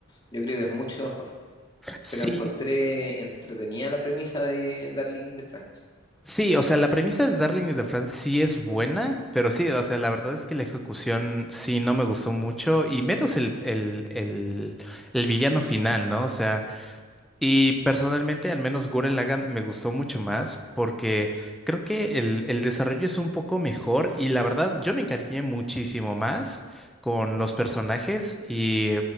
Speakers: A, on the left (about 20°); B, in the centre.
A: Yo creo que es mucho mejor.
B: sí,
A: pero encontré entretenida la premisa de Darling de Franks.
B: sí, o sea, la premisa de Darling in the Franxx sí es buena, pero sí, o sea, la verdad es que la ejecución sí no me gustó mucho y menos el, el, el, el villano final, ¿no? O sea... Y personalmente, al menos Gurren Lagann me gustó mucho más porque creo que el, el desarrollo es un poco mejor y la verdad yo me encariñé muchísimo más con los personajes y,